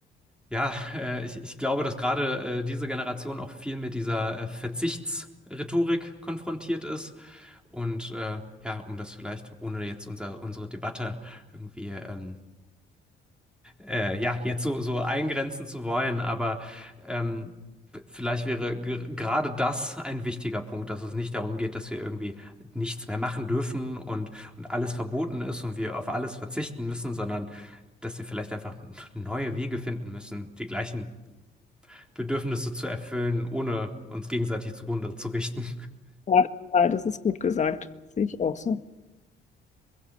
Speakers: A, in the centre; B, on the left (about 35°).
A: Ja, äh, ich, ich glaube, dass gerade äh, diese Generation auch viel mit dieser äh, Verzichtsrhetorik konfrontiert ist. Und äh, ja, um das vielleicht, ohne jetzt unser, unsere Debatte irgendwie ähm, äh, ja, jetzt so, so eingrenzen zu wollen, aber ähm, b- Vielleicht wäre ge- gerade das ein wichtiger Punkt, dass es nicht darum geht, dass wir irgendwie nichts mehr machen dürfen und, und alles verboten ist und wir auf alles verzichten müssen, sondern dass wir vielleicht einfach neue Wege finden müssen, die gleichen Bedürfnisse zu erfüllen, ohne uns gegenseitig zugrunde zu richten.
B: Ja, total. Das ist gut gesagt. Sehe ich auch so.